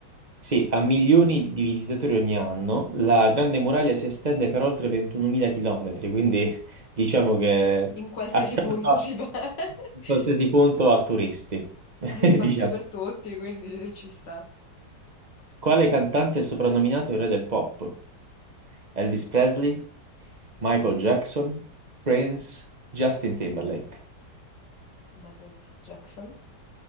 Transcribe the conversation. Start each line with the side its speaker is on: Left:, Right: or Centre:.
Right: Sì, ha milioni di visitatori ogni anno, la Grande Muraglia si estende per oltre 21.000 km, quindi <laughs> diciamo che
Left: In qualsiasi
Right: attacca
Left: punto si va. <laughs>
Right: in qualsiasi punto a turisti, <laughs>
Left: Ha spazio
Right: diciamo.
Left: per tutti, quindi ci sta.
Right: Quale cantante è soprannominato il re del pop? Elvis Presley, Michael Jackson, Prince, Justin Timberlake.
Left: Michael Jackson?